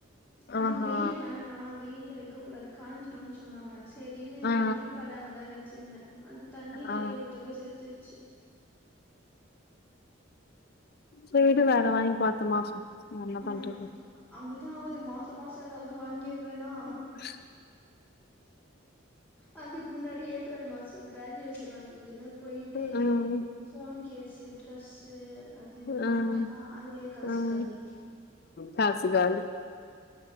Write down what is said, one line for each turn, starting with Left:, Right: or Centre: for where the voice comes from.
Centre: அதுக்கு
Left: ஆஹா
Centre: வெயிலு வேணா வெயில வைக்க கூடாது காஞ்சிடு சொன்னாங்க சரின்னு
Left: ஆ
Centre: வெயில் படாமதா வச்சிருந்த அது தண்ணி நெறய
Left: ஆ
Centre: ஊத்த போய் செத்துர்ச்சு
Left: செரி வேற வாங்கிபோ அத்த மாச வேறென்ன
Centre: ம்
Left: பண்றது
Centre: அப்டிதா ஆவுது மாச மாச எதாவது வாங்கிடுறனா
Left: உ
Centre: அதுக்கு முன்னாடி ஏப்ரல் மாச கிராஜுவேஷன் வந்ததுன்னு போய்ட்டு
Left: ம்
Centre: ஃபோன் கேஸு ட்ரெஸ்ஸு இதுன்னு
Left: ம்
Centre: வாங்குனன்னா அதுலயே காசு
Left: ம்
Centre: காலி
Left: காசு காலி